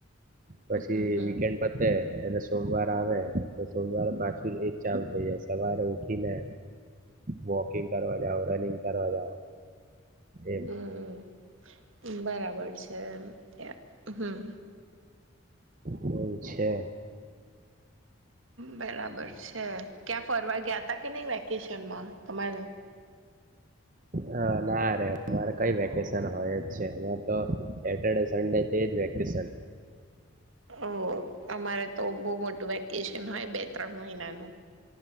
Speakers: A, on the right; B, on the right.
A: પછી
B: હમ હમ
A: વીકેન્ડ પતે અને સોમવાર આવે તો સોમવારે પાછું એજ ચાલ થઈ જાય સવારે ઉઠીને વોકિંગ કરવા જઓ રનિંગ કરવા જાવ એમ
B: હમ બરાબર છે ત હમ
A: એવું છે.
B: બરાબર છે ક્યાં ફરવા ગયા ત કે નહી વેકેશનમાં તમારે
A: હ ના ર અમારે કઈ વેકેશન હોય જ છે તો સેટરડે સડે તેજ વેક ઓ કે સર
B: ઓ અમારે તો બો મોટું વેકેશન હોય બે ત્રણ મહિનાનું